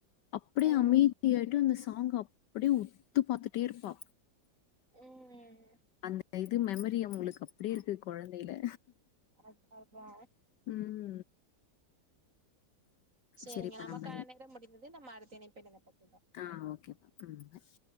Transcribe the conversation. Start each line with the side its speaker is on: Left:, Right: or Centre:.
Left: அப்படியே
Right: ம்
Left: அமைதியாயிட்டு அந்த சாங் அப்படியே உத்து பாத்துட்டே இருப்பா
Right: ம்
Left: அந்த இது மெமரி அவுங்களுக்கு அப்டி இருக்கு கொழந்தல
Right: அத் அதா
Left: ம்
Right: செரிங்க
Left: சரிப்பா
Right: நமக்கான
Left: நம்ம
Right: நேரம் முடிந்தது நம்ம அடுத்த இணைப்பில் <unintelligible>
Left: ஆ ஓகே ம் பாய்